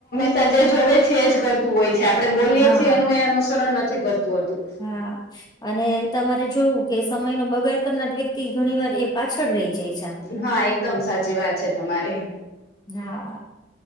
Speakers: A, on the left; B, on the left.
A: તે જે જોવે છે એ જ કરતું હોય છે આપડણે બોલીએ
B: હા
A: છીએ એનું એ અનુસરણ નથી કરતું હોતું.
B: હા. અને તમારે જોયું કે સમય નો બગાડ કરનાર વ્યક્તિ ઘણી વાર એ પાછળ રહી જાય છે.
A: હા એકદમ સાચી વાત છે તમારી
B: હા.